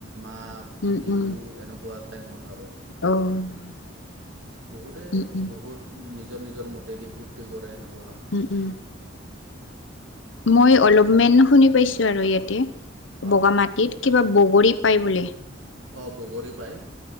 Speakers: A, on the right; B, on the left.
A: মাঘ
B: উম
A: বিহু
B: উম
A: এনেকুৱা টাইমত আৰু।
B: অ'
A: বহুতে
B: উম উম
A: বহুত নিজৰ নিজৰ মতেদি ফূৰ্তি কৰে এনেকুৱা।
B: উম, উম। মই অলপ মন শুনি পাইছোঁ আৰু ইয়াতে
A: অঁ
B: বগা মাটি ইত কিবা বগৰী পায় বোলে।
A: অ' বগৰী পায়